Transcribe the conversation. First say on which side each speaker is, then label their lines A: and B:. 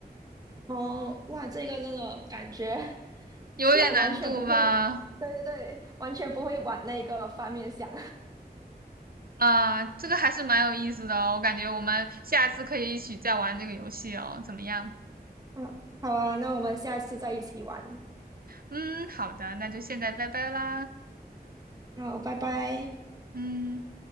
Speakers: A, on the right; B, on the right.
A: 哦，哇，这个真的感觉
B: 有点难度吧？
A: 真的完全不会，对对对，完全不会往那个方面想。
B: 啊，这个还是蛮有意思的哦，我感觉我们下次可以一起再玩这个游戏哦，怎么样？
A: <laughs> 嗯，好啊，那我们下次再一起玩。
B: 嗯，好的，那就现在拜拜啦，
A: 好，拜拜。
B: 嗯。